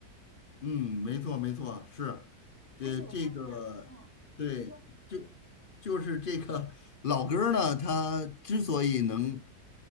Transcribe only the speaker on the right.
而且我发现，嗯，
你说，